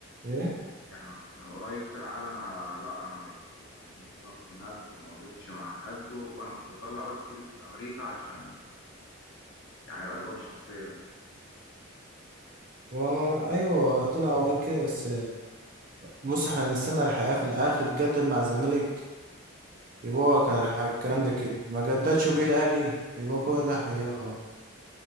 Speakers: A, on the right; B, on the left.
A: إيه؟
B: يعني من قريب طلع قال انا لا انا مش يعني انا مش رايح هناك وما قضيتش مع حد وانا كنت بطلع بس فيزة امريكا عشان يعني الاسباب الشخصية
A: هو ما أيوه طلع وقال كده بس بص إحنا هنستنى الحقيقة في الآخر جدد مع الزمالك يبقى هو كان الح- الكلام ده كده ما جددش وجه الأهلي يبقى هو ده حقيقة خلاص